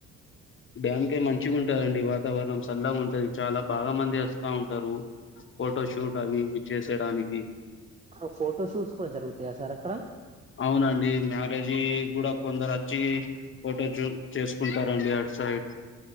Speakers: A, on the left (about 40°); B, on the right (about 20°).
A: డ్యామ్కే మంచిగా ఉంటందండి వాతావరణం చల్లగా ఉంటుంది చాలా బాగా మంది వస్తా ఉంటారు ఫోటోషూట్ అవి ఇవి చేసేడానికి
B: ఆ ఫోటో షూట్స్ కూడా జరుగుతాయా సార్ అక్కడ
A: అవునండి మ్యారేజీ కూడా కొందరు వచ్చి ఫోటో షాట్ చేసుకుంటారండి అట్ సైడ్